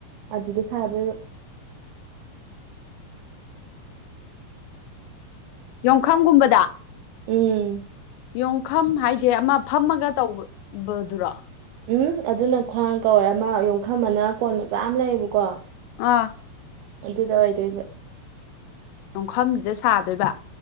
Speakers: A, on the right; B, on the left.
A: ꯑꯗꯨꯗꯥ ꯁꯥꯗꯣꯏꯕ
B: ꯌꯣꯡꯈꯪꯒꯨꯝꯕꯗ
A: ꯎꯝ
B: ꯌꯣꯡꯈꯝ ꯍꯥꯏꯁꯦ ꯑꯃ ꯐꯝꯃꯒ ꯇꯧꯕꯗꯨꯔꯣ
A: ꯎꯝ ꯑꯗꯨꯅ ꯈ꯭ꯋꯥꯡ ꯀꯧꯋꯦ ꯑꯃ ꯌꯣꯟꯈꯝ ꯑꯃꯅ ꯀꯣꯟ ꯃꯆꯥ ꯑꯃ ꯂꯩꯌꯦꯕꯀꯣ
B: ꯑꯥ
A: ꯑꯗꯨꯗ ꯍꯥꯏꯔꯅꯦ
B: ꯌꯣꯡꯈꯝꯁꯤꯗ ꯁꯥꯗꯣꯏꯕ